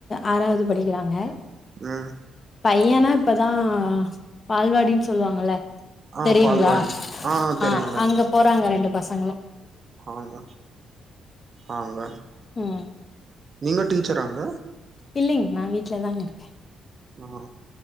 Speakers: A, on the left (about 35°); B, on the right (about 40°).
A: ஆறாவது படிக்கிறாங்க
B: ம்
A: பையனா இப்பதான் பால்வாடினு சொல்லுவாங்கல
B: ஆ
A: தெரியுங்களா
B: பால்வாடி ஆ
A: ஆஹ்
B: தெரியுங்க
A: அங்க போறாங்க ரெண்டு பசங்களா
B: ஆங்க ஆங்க
A: ம்
B: நீங்க டீச்சராங்க
A: இல்லைங்க நான் வீட்டு்லதாங்க இருக்கேன்
B: ஆஹ்